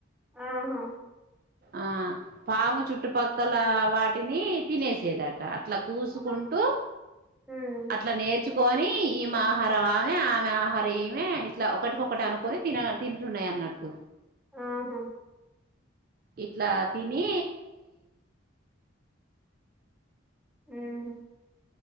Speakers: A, in the centre; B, on the right.
A: ఆహా
B: ఆ పాము చుట్టుపక్కల వాటిని తినేసేదట అట్లా కూసుకుంటూ
A: ఆ ఉమ్
B: అట్లా నేర్చుకు కొని ఈమె ఆహారం ఆమె ఆమె ఆహారం ఈమె ఇట్లా ఒకటికొకటి అనుకొని తిన తింటున్నాయి అన్నట్టు
A: ఆహా
B: ఇట్లా తినీ
A: హు హుమ్